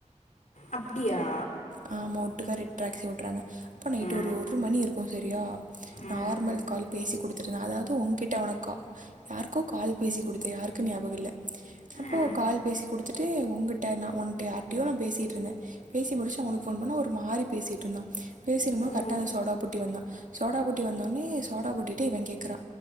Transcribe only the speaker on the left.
அப்டியா
ஆ
ஆ
ஆ
ஓ